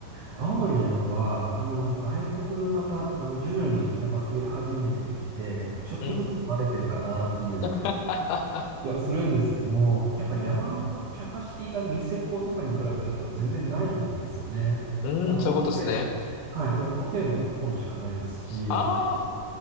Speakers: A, on the right; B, on the left.
A: 青森の山は、あの、外国の方、あの、徐々にやっぱ増え始めてきてて、ちょっとずつバレてるかなっていう
B: うん。<laughs>
A: 気はするんですけども、やっぱり山のキャパシティがニセコとかに比べると全然ないんですよね。
B: うーん、
A: あの、
B: そういうことですね。
A: ロープウェイ、はい、ロープウェイも1本しかないですし、
B: ああ、